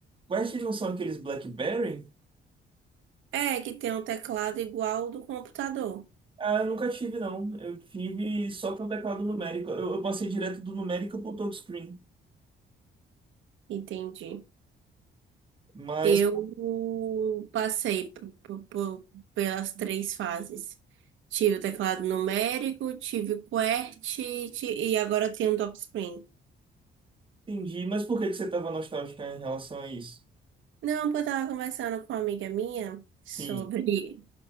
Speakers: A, on the right; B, on the right.
A: QWERTY não são aqueles BlackBerry?
B: É, que tem um teclado igual ao do computador.
A: Ah, eu nunca tive, não. Eu tive só para o teclado numérico. Eu, eu passei direto do numérico para o touchscreen.
B: Entendi.
A: Mas
B: Eu passei p- p- p- pelas três fases. Tive o teclado numérico, tive QWERTY ti- e agora tenho touchscreen.
A: entendi. Mas por que que você estava nostálgica em relação a isso?
B: Não, porque eu tava conversando com uma amiga minha sobre
A: Sim.